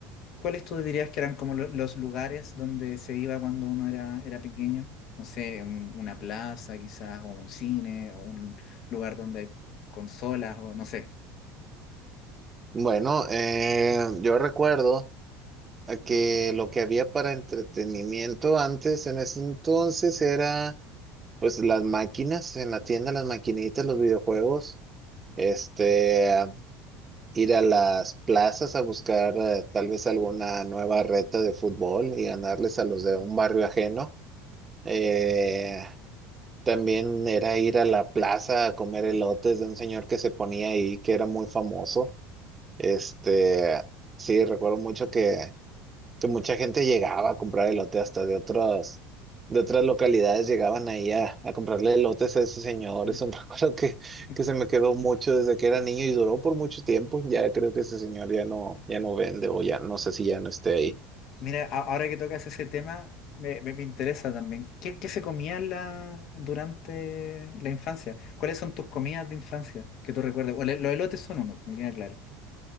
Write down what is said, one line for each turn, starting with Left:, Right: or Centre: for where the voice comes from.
Left: ¿cuáles tú dirías que eran como lo- los lugares donde se iba cuando uno era, era pequeño? No sé, un- una plaza quizás, o un cine, o un lugar donde hay consolas, o no sé.
Right: Bueno, eh, yo recuerdo eh, que lo que había para entretenimiento antes en ese entonces era... Pues las máquinas en la tienda, las maquinitas, los videojuegos, este, ir a las plazas a buscar eh, tal vez alguna nueva reta de fútbol y ganarles a los de un barrio ajeno. Eh, también era ir a la plaza a comer elotes de un señor que se ponía ahí, que era muy famoso. Este, sí, recuerdo mucho que que mucha gente llegaba a comprar elote hasta de otras, de otras localidades llegaban ahí a, a comprarle elotes a ese señor.
Left: ¿Mm?
Right: Es un <laughs> recuerdo que,
Left: Eh,
Right: que se me quedó mucho desde que era niño y duró por mucho tiempo. Ya creo que ese señor ya no, ya no vende o ya no sé si ya no esté ahí.
Left: Mira, a- ahora que tocas ese tema, me, me- me interesa también. ¿Qué, qué se comía en la, durante la infancia? ¿Cuáles son tus comidas de infancia que tú recuerdas? O le- los elotes son uno, me queda claro.